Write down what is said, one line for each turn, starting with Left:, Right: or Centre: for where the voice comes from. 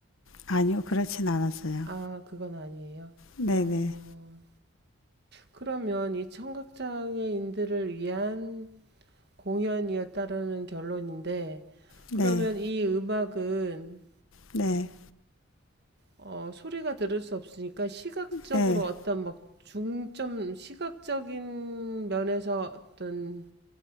Left: 아니요, 그렇진 않았어요.
Right: 아, 그건 아니에요.
Left: 네네.
Right: 어, 그러면 이 청각장애인들을 위한 공연이었다라는 결론인데,
Left: 네,
Right: 그러면 이 음악은
Left: 네,
Right: 어, 소리가 들을 수 없으니까 시각적으로
Left: 네.
Right: 어떤 막 중점, 시각적인 면에서 어떤